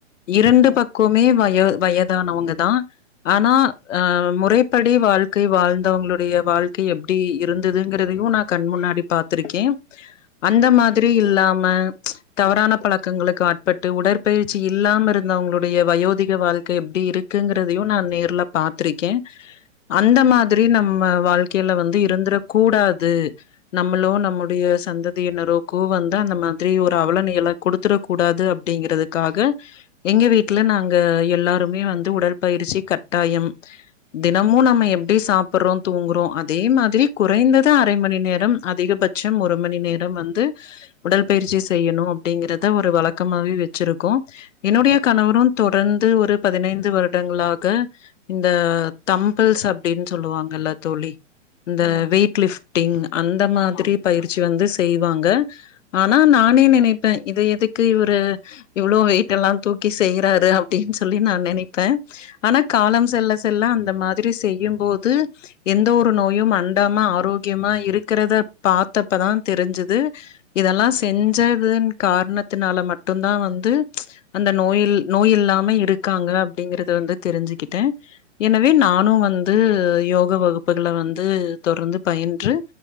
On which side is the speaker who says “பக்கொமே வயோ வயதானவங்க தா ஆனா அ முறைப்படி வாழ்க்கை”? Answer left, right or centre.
Left